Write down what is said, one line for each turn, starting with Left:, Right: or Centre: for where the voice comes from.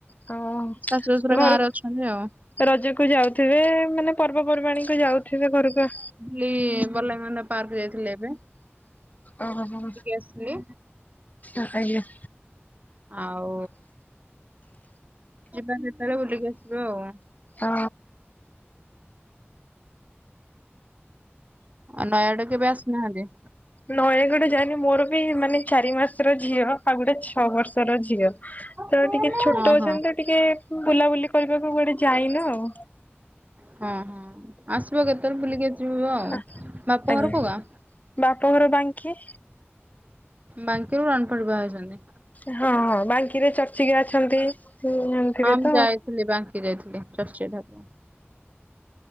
Left: ହଁ
Right: ଶାଶୁ ଶଶୁର
Left: ଘରକୁ
Right: ଗାଁରେ ଅଛନ୍ତି ଆଉ।
Left: ରଜକୁ ଯାଉଥିବେ ମାନେ ପର୍ବପର୍ବାଣୀ କୁ ଯାଉଥିବେ ଘରକୁ
Right: ଲି ବଲାଇ ମାନ ପାର୍କ ଯାଇଥିଲେ।
Left: ଓ ହୋ
Right: ଆସିଲି
Left: ଆଜ୍ଞା।
Right: ଆଉ ଯିବା କେତେଳେ ବୁଲିକି ଆସିବା ଆଉ।
Left: ଅ
Right: ଆଉ ନୟାଗଡ କେବେ ଆସିନାହାନ୍ତି?
Left: ନୟାଗଡ ଯାଇନି ମୋର ବି ମାନେ ଚାରି ମାସର ଝିଅ ଆଉ ଗୋଟେ ଛଅ ବର୍ଷର ଝିଅ।
Right: ହଁ
Left: ତ
Right: ହଁ
Left: ଟିକେ ଛୋଟ ଅଛନ୍ତି
Right: ହଁ
Left: ତ ଟିକେ ବୁଲାବୁଲି କରିବାକୁ କୁଆଡେ ଯାଇନୁ ଆଉ।
Right: ହଁ ହଁ ଆସିବ କେତେବେଳେ ବୁଲିକି ଆସିବ ଆଉ।
Left: ଆ
Right: ବାପ
Left: ଆଜ୍ଞା
Right: ଘର କୋଉ ଗାଁ?
Left: ବାପ ଘର ବାଙ୍କି।
Right: ବାଙ୍କୀ ରୁ ରଣ ଫଟ ବାହା ହେଇଛନ୍ତି।
Left: ହଁ ହଁ ବାଙ୍କିରେ ଚର୍ଚିକା ଅଛନ୍ତି। ହୁଁ ଜାଣି ଥିବେ
Right: ହଁ ମୁଁ
Left: ତ
Right: ଯାଇଥିଲି ବାଙ୍କି ଯାଇଥିଲି ଚର୍ଚ୍ଚିକା ଠାକୁର।